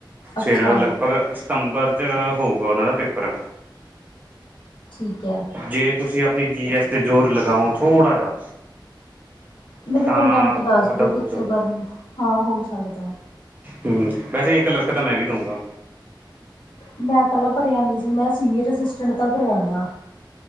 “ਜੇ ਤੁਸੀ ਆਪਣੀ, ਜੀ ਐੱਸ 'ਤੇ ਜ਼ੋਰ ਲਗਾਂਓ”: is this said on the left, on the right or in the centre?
Right